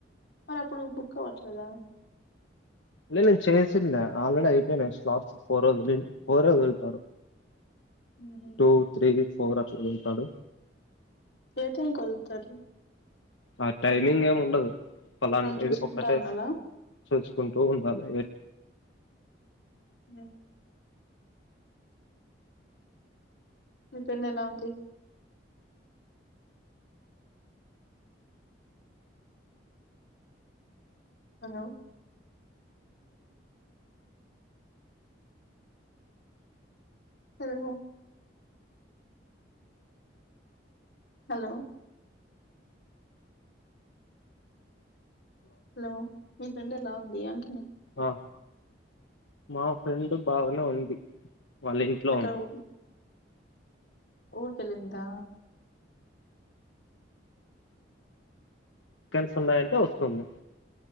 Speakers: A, on the left; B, on the left.
A: మరి అప్పుడు బుక్ అవ్వట్లేదా
B: లే లేదు చేసినా ఆల్రెడీ అయిపోయినా స్లాట్స్ ఫోర్ వదిలి ఫోర్యే వదులుతారు
A: <inaudible> ఉహు
B: టూ త్రీ ఫోర్ అట్లా వదులుతాడు
A: ఏ టైం కి వదులుతారు
B: ఆ టైమింగ్ ఏమి ఉండదు పలానా
A: మనం చూసుకుంటా
B: ఇది ఒక్కటే
A: ఉండాలా
B: చూచుకుంటూ ఉండాలే
A: ఉమ్ మీ ఫ్రెండ్ ఎలా ఉంది హలో హలో హలో హలో మీ ఫ్రెండ్ ఎలా ఉంది అంటున్న
B: ఆ మా ఫ్రెండ్ బాగానే ఉంది వాళ్ళ ఇంట్లో
A: ఎక్కడ
B: ఉంది
A: ఊర్లో ఊరికెళ్ళిందా
B: వీకెండ్స్ ఉన్నాయంటే వస్తుంది